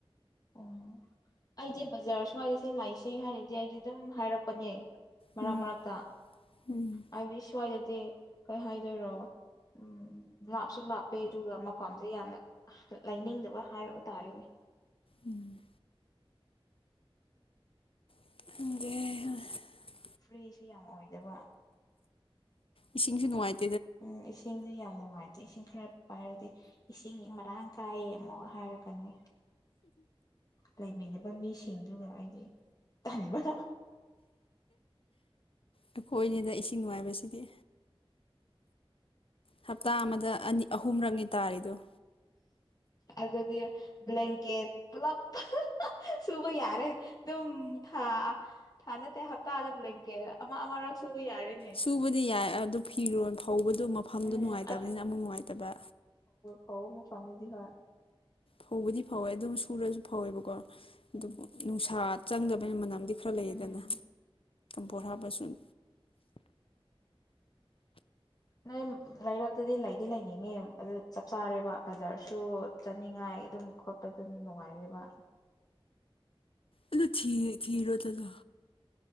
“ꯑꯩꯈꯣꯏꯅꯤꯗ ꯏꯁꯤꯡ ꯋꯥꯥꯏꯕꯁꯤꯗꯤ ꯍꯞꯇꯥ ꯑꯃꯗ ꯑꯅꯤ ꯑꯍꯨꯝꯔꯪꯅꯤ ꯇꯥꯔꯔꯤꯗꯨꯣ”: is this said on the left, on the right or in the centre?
Left